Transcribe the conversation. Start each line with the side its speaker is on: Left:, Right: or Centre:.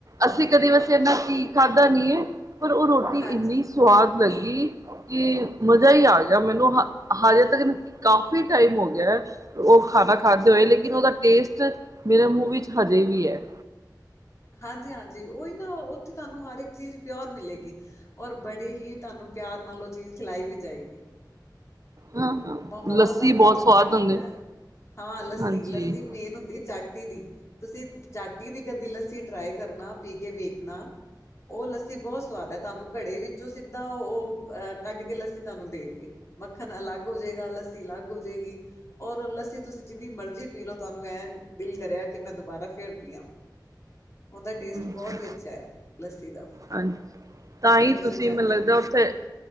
Right: ਅਸੀਂ ਕਦੇ ਵੈਸੇ ਇਨਾ ਘੀ ਖਾਧਾ ਨੀ ਹੈ ।ਪਰ ਉਹ ਰੋਟੀ
Left: ਹਾਂਜੀ,
Right: ਇੰਨੀ ਸਵਾਦ ਲੱਗੀ। ਕਿ ਮਜ਼ਾ
Left: ਹਾਂਜੀ।
Right: ਹੀ ਆ ਗਿਆ। ਮੈਨੂੰ ਹਲੇ ਤੱਕ ਕਾਫੀ ਟਾਈਮ ਹੋ ਗਿਆ। ਉਹ ਖਾਣਾ ਖਾਦੇ ਹੋਏ ਲੇਕਿਨ ਉਹਦਾ ਟੇਸਟ ਮੇਰਾ ਮੂੰਹ ਵਿੱਚ ਹਜੇ ਵੀ ਹੈ
Left: ਹਾਂਜੀ, ਹਾਂਜੀ ਉਹੀ ਨਾ ਉੱਥੇ ਤੁਹਾਨੂੰ ਹਰ ਇੱਕ ਚੀਜ਼ ਪਿਓਰ ਮਿਲੇਗੀ। ਔਰ ਬੜੀ ਹੀ ਤੁਹਾਨੂੰ ਪਿਆਰ ਨਾਲ ਉਹ ਚੀਜ਼ ਖਿਲਾਈ ਵੀ ਜਾਏਗੀ
Right: ਹਾਂ ਹਾਂ
Left: ਮੋਹੌਲ
Right: ਲੱਸੀ
Left: ਦਾ ਬੋਤ
Right: ਬਹੁਤ ਸਵਾਦ
Left: ਫ਼ਰਕ ਹੁੰਦਾ
Right: ਹੁੰਦੀ
Left: ਏ, ਹਾਂ ਲੱਸੀ
Right: ਹਾਂਜੀ
Left: ਲੱਸੀ ਮੇਨ ਹੁੰਦੀ ਚੱ ਦੀ ਤੁਸੀਂ ਚਾਟੀ ਦੀ ਕਦੀ ਲੱਸੀ ਟ੍ਰਾਈ ਕਰਨਾ, ਪੀ ਕੇ ਵੇਖਣਾ ਉਹ ਲੱਸੀ ਬੋਤ ਸਵਾਦ ਏ, ਤਾਨੂੰ ਕੜੇ ਵਿੱਚੋਂ ਸਿੱਧਾ ਉਹ ਅਹ ਕੱਢ ਕੇ ਲੱਸੀ ਤਾਨੂੰ ਦੇਣਗੇ। ਮੱਖਣ ਅਲੱਗ ਹੋ ਜੇਗਾ ਲੱਸੀ ਅਲੱਗ ਹੋ ਜੇਗੀ, ਔਰ ਲੱਸੀ ਤੁਸੀਂ ਜਿੰਨੀ ਮਰਜ਼ੀ ਪੀ ਲੋ, ਤੁਹਾਨੂੰ ਐਂ ਦਿਲ ਕਰਿਆ ਕਿ ਮੈਂ ਦੁਬਾਰਾ ਫੇਰ ਪੀਆ ਉੰਦਾ ਟੇਸਟ
Right: ਹਾਂਜੀ
Left: ਬੋਤ ਹੀ ਅੱਛਾ ਹੈ, ਲੱਸੀ ਦਾ।
Right: ਹਾਂਜੀ ਤਾਂ
Left: ਸਪੈਸ਼ਲ
Right: ਹੀ, ਤੁਸੀਂ
Left: ਚਾਟੀ
Right: ਮੈਨੂੰ ਲੱਗਦਾ
Left: ਦੀ
Right: ਉੱਥੇ